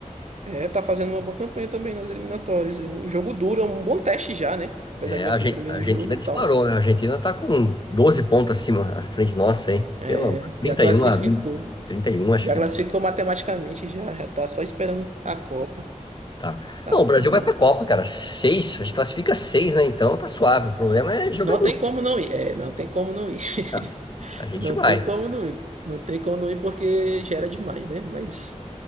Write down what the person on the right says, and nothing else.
É, tá fazendo uma boa campanha também nas eliminatórias. É Um jogo duro, é um bom teste já, né? Apesar
que vai
ser primeiro
jogo e tal.
É,
já classificou.
Já
classificou matematicamente, já, já tá só esperando a Copa.
Tá,
tá bem.
Não
tem como não ir. É, não tem como não ir. <laughs>
Não
tem como não ir. Não tem como não ir porque gera demais, né? Mas